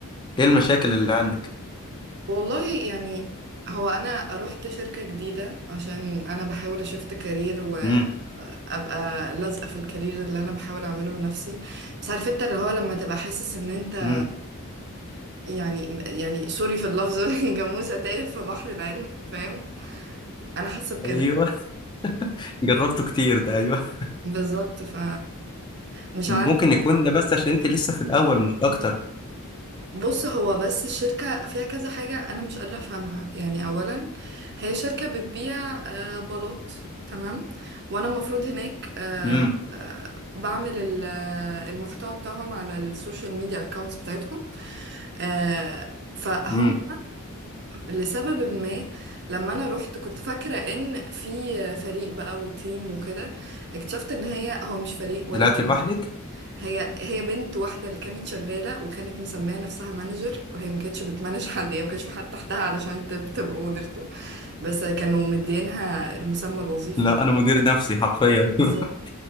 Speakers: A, on the left (about 20°); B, on the right (about 50°).
A: ايه المشاكل اللي عندك
B: والله يعني هو أنا رحت شركة جديدة عشان أنا بحاول أشفت كارير وأبقى
A: امم
B: لازقة في الكارير اللي أنا بحاول أعمله لنفسي بس عارف أنت اللي هو لما تبقى حاسس إن أنت
A: امم
B: يعني يعني سوري في اللفظ <laughs> جاموسة تايه في بحر العلم فاهم أنا حاسة بكده
A: ايوه <laughs> جربته كتير ده ايوه
B: بالظبط ف مش عارفة
A: ممكن يكون ده بس عشان انت لسه في الاول مش اكتر
B: بص هو بس الشركة فيها كذا حاجة أنا مش قادرة أفهمها يعني أولا هي شركة بتبيع آه، بلاط تمام وأنا المفروض هناك آه،
A: امم
B: آه، بعمل ال- آه، المحتوى بتاعهم على السوشيال ميديا أكاونتس بتاعتهم آه، فهم
A: امم
B: لسبب ما لما أنا رحت كنت فاكرة إن في فريق بقى وتيم وكده اكتشفت إن هي هو مش فريق ولا
A: طلعت لوحدك
B: هي هي بنت واحدة اللي كانت شغالة وكانت مسمية نفسها مانجر وهي ما كانتش بتمانج حد يعني ما كانش في حد تحتها علشان تب- تبقى مديرته بس كانوا مدينها المسمى الوظيفي
A: لا انا مدير نفسي حرفيا
B: بالظبط
A: <laughs>